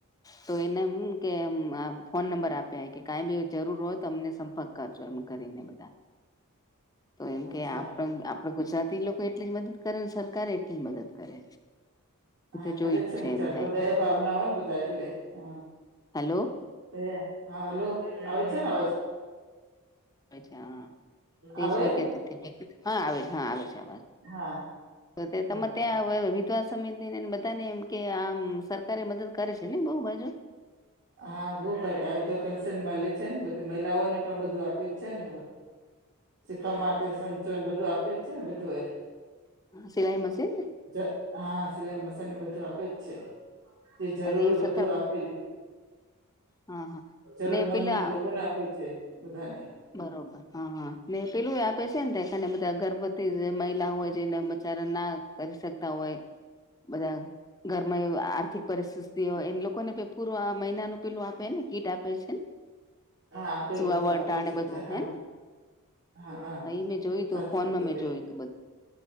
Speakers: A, on the left; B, on the right.
A: તો એને એમ કે આ ફોન નંબર આપ્યા કે કાઈ બી જરૂર હોય તો અમને સંપર્ક કરજો એમ કરીને બધા તો એમ
B: અચ્છા
A: કે આપ પણ ગુજરાતી લોકો એટલી જ મદદ કરે ને સરકારે એટલી જ મદદ કરે એ
B: હા
A: તો
B: ખરે
A: જોઈ જ
B: છે, વિચાર
A: એમ થાય
B: તો દયા
A: કે
B: ભાવના હોય ને બધા એટલે હા
A: હલો
B: દયા હા હેલો આવે છે, ને અવાજ
A: હોય છે હં તે
B: આવે
A: જ વી કેતી હા આવે હા આવે છે અવાજ.
B: હા.
A: તો
B: બરોબર
A: તમે ત્યાં વિધ્વા સમિતિ ને બધાને એમ કે આમ સરકારે મદદ કરે છે, ને બહુ બાજુ
B: હા બો કરે આ બધા પેન્શન મલે છે, ને બધે મહિલાઓને પણ બધું આપે જ છે, ને શીખવા માટે સંચો ને બધું આપે છે, બધું એ
A: સિલાઈ મશીન
B: જ હા સિલાઈ મશીન ને બધું આપે જ છે, જે જરૂર
A: ને
B: એ બધું
A: સરકાર
B: આપે જ
A: હા હા
B: જરૂર
A: ને
B: મંદ
A: પેલા
B: લોકોને આપે છે, બધાને
A: બરોબર હા હા ને પેલું આપે છે, ને બધા ગર્ભવતી મહિલા હોય જેને ઉચચાર ના કરી શકતા હોય બધા ઘરમાં એવ આર્થિક પરિસ્થિતિ હોય એ લોકોને ભી પૂરું આ મહિનાનું પેલું આપે ને કીટ આપે છે, ને
B: હા આપે
A: સુવાવટા
B: બધુ આપે
A: અને
B: છે,
A: બધું
B: વિચાર હા
A: હે
B: હા હા
A: ને એ મેં જોયું
B: સાચું
A: તું ફોનમાં
B: કીધું
A: મેં
B: તે
A: જોયું તું